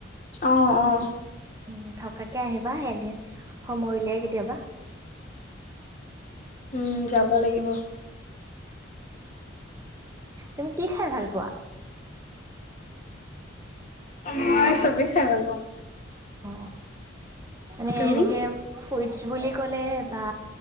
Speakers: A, on the left (about 40°); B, on the right (about 15°).
A: অঁ অঁ
B: উম, থকাকে আহিবা সেইদিন সময় উলিয়াই কেতিয়াবা
A: উম যাব লাগিব
B: তুমি কি খাই ভাল পোৱা
A: মই চবেই খাই ভাল পাওঁ
B: অ মানে
A: তুমি?
B: এনেকে ফুইডছ বুলি ক'লে বা